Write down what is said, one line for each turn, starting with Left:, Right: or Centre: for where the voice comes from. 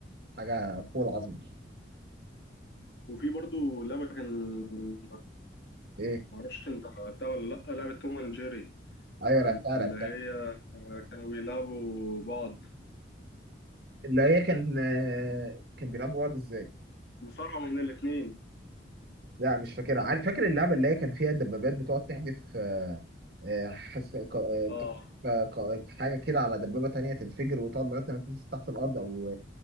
Right: حاجه فوق العظم
Left: وفي برضو لعبة كان
Right: ايه
Left: معرفش انت لعبتها ولا لأ لعبة توم اند جيري
Right: ايوه لعبتها
Left: اللي
Right: لعبتها
Left: هي آه، كانوا بيلعبوا بعض
Right: اللي هي كان آه، كان بيلعبوا بعض ازاي
Left: مصارعة من الاتنين
Right: لا مش فاكرها عارف فاكر اللعبه اللي هي كان فيها دبابات بتقعد تحدف آه، آه، حس... ك- آه، بتاع-
Left: اه
Right: ك- ك- حاجه كده على دبابه تانية تنفجر وتقعد لغايه ما تنزل تحت الارض او